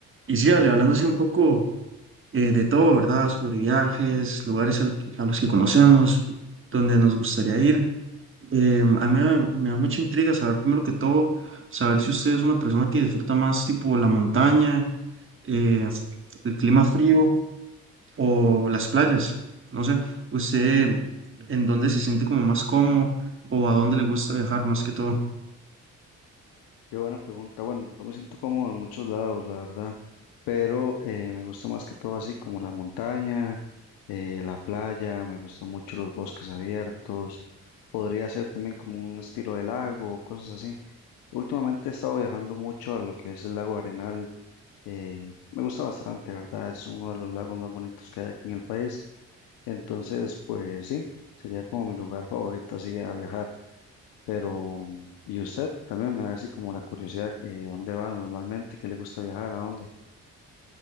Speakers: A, on the right (about 35°); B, on the left (about 80°).
A: Y sí, Ale, hablando así un poco eh, de todo, ¿verdad? Sobre viajes, lugares al a los que conocemos, donde nos gustaría ir. Eh, a mí me, me da mucha intriga saber, primero que todo, saber si usted es una persona que disfruta más tipo la montaña, eh, el clima frío o las playas. No sé, usted en dónde se siente como más cómodo o a dónde le gusta viajar más que todo.
B: Qué buena pregunta. Bueno, yo me siento cómodo en muchos lados, la verdad, pero eh, me gusta más que todo así como la montaña, eh, la playa, me gustan mucho los bosques abiertos, podría ser también como un estilo de lago, cosas así. Últimamente he estado viajando mucho a lo que es el lago Arenal, eh, me gusta bastante, ¿verdad? Es uno de los lagos más bonitos que hay aquí en el país, entonces pues sí, sería como mi lugar favorito así a viajar. Pero, y usted también me da así como la curiosidad, eh, ¿a dónde va normalmente? ¿Qué le gusta viajar? ¿A dónde?